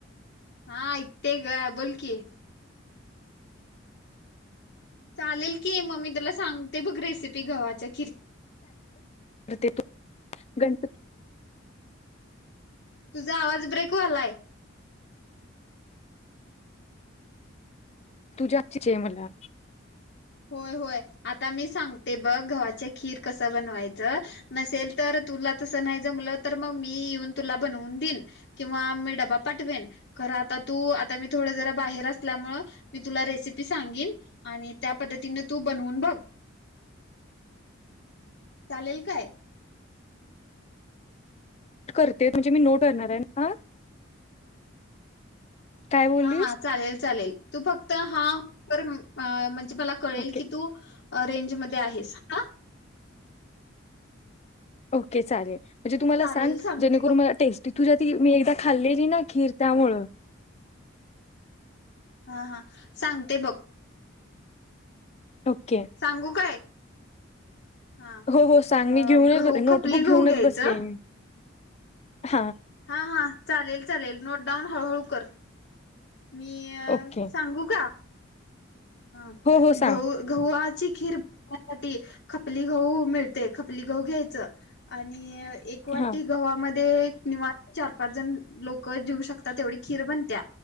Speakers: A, on the left; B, on the left.
A: हा इे ग बोलकीि चालेल की मग मी तुला सांगते बघ रेसिपी गवाचे
B: ते तू गणपती
A: तुझा आवाज ब्रेकवालाय
B: तू जातची मेला
A: होय होय. आता मी सांगते बघ गव्हाचे खीर कस बनवायचं? नसेल तर, तुला तसं नाही जमलं तर, मग मी येऊन तुला बनऊन देईन किंवा मी डबा पाठवेन. खर आता तू आता मी थोड जरा बाहेर असल्यामुळे, मी तुला रेसिपी सांगेन आणि त्या पद्धतीने तू बनवून बघ. चालेल काय?
B: करते, म्हणजे मी नोट करणार आहे हा. काय बोललीस
A: हा हा, चालेल चालेल. तू फक्त हा, कर म्हण जे मला कळेल
B: ओके
A: की तू रेंजमध्ये आहेस हा.
B: ओके चालेल. म्हणजे तु मला
A: चालेल
B: सांग
A: सांगते
B: जेणेकरून
A: बघ
B: मला टेस्ट ती तुझ्या हात मी एकदा खाल्लेली ना खीर त्यामुळ.
A: हा हा, सांगते बघ.
B: ओके
A: सांगू काय? हा
B: हो हो सांग.
A: अ
B: मी घेऊन
A: गहू
B: नोटबुक
A: खपली गहू
B: घेऊनच
A: घ्यायचं
B: बसली आहे मी. हा,
A: हा हा, चालेल चालेल. नोट डाऊन हळूहळू कर. मी
B: ओके
A: सांगू का? हा
B: हो हो सांग
A: गहू गहू आध ती खीर बनवण्यासाठी खपली गहू मिळते. खपली गहू घ्यायच आणि एक वाटी
B: हा
A: गव्हामध्ये ते एक निवांत चार पाच जण लोक जेऊ शकतात, तेवढी खीर बनत्या.